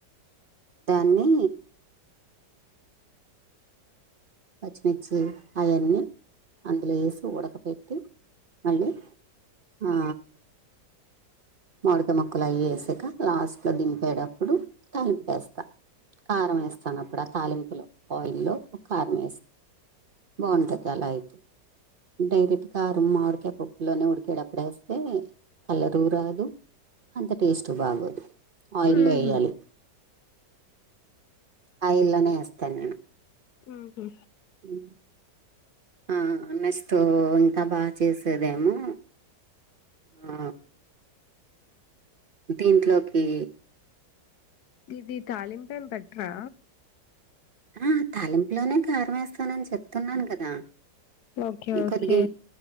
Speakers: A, on the right (about 60°); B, on the left (about 65°).
A: దాన్ని పచ్చిమిర్చి అయన్ని అందులో వేసి ఉడకపెట్టి మళ్ళీ ఆ మూడికాయ్ ముక్కలు అయి వేసాక లాస్ట్లో దింపేటప్పుడు కలిపేస్తా కారం వేస్తాను అప్పుడు ఆ తాలింపులో ఆయిల్ లో కారం వేస్త బాగుంటది అలా అయితే డైరెక్ట్గా మామిడికాయ్ పప్పులోనే ఉడికేటప్పుడే వేస్తే కలరు రాదు అంత టేస్ట్ బాగోదు ఆయిల్లో
B: ఉహు
A: వేయాలి ఆయిల్లోనే వేస్తా నేను
B: ఉహూ
A: ఉమ్ ఆ నెస్తో ఇంకా బాగా చేసేదేమో ఆ దీంట్లోకి
B: ఇది తాలింపు ఏం పెట్టరా
A: ఆ తాలింపులోనే కారం వేస్తానని చెప్తున్నాను కదా
B: ఓకే
A: ఈ
B: ఓకే
A: కొద్దిగా